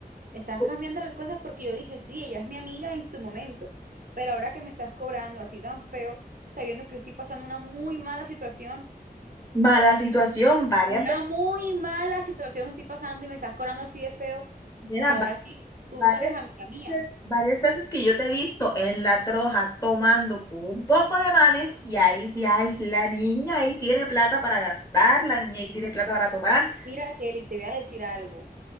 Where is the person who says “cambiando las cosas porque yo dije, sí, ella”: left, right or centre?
Right